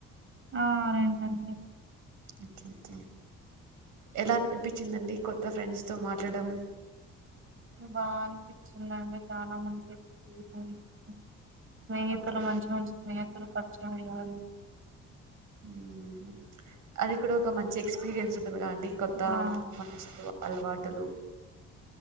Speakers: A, on the right; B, on the right.
A: ఆ రెండండి.
B: ఒక్కె ఒక్కె ఎలా అన్పిచ్చిందండి కొత్త ఫ్రెండ్స్ తొ మాట్లాడం.
A: బా అన్పిచ్చిందండి చానా మంచి <unintelligible> స్నేహితులు
B: ఓకే
A: మంచి మంచి స్నేహి తులు పర్చయమయ్యారు.
B: ఊమ్ అది కూడ ఒక మంచి ఎక్స్పీరియన్సు అది గూడా అండి కొత్త
A: ఆ
B: మంచులు అలవాటులు